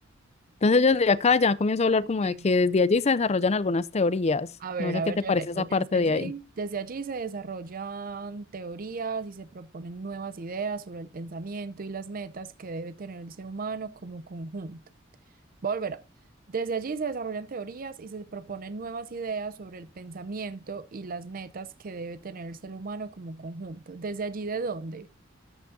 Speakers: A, on the left; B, on the right.
A: Entonces yo desde acá ya comienzo a hablar como
B: sí
A: de que desde allí se desarrollan algunas teorías.
B: A ver,
A: No sé
B: a
A: qué
B: ver,
A: te
B: yo
A: parece
B: leo.
A: esa
B: Desde
A: parte
B: allí,
A: de ahí.
B: desde allí se desarrollan teorías y se proponen nuevas ideas sobre el pensamiento y las metas que debe tener el ser humano como conjunto. Volverá. Desde allí se desarrollan teorías y se proponen nuevas ideas sobre el pensamiento y las metas que debe tener el ser humano como conjunto. ¿Desde allí de dónde?